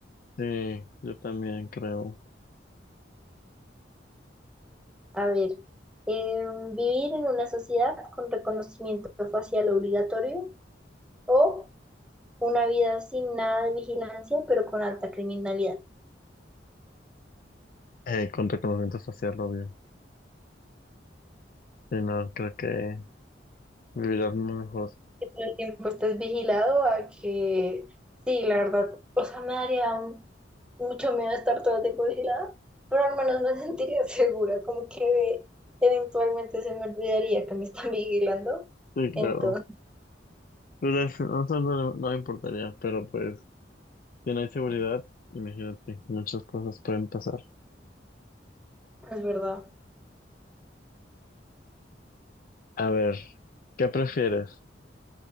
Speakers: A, on the left (about 50°); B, in the centre.
A: Sí, yo también creo.
B: A ver, em, vivir en una sociedad con reconocimiento facial obligatorio o una vida sin nada de vigilancia, pero con alta criminalidad.
A: Eh, con reconocimiento facial, obvio. Sí, no, creo que vivirás muy mejor.
B: Que todo el tiempo estés vigilado a que, sí, la verdad, o sea, me daría un- mucho miedo estar todo el tiempo vigilada, pero al menos me <laughs> sentiría segura, como que eventualmente se me olvidaría que me están <laughs> vigilando.
A: Sí, claro.
B: Entonces,
A: Pero eso no, no no me importaría, pero pues, si no hay seguridad, imagínate, muchas cosas pueden pasar.
B: es verdad.
A: A ver, ¿qué prefieres?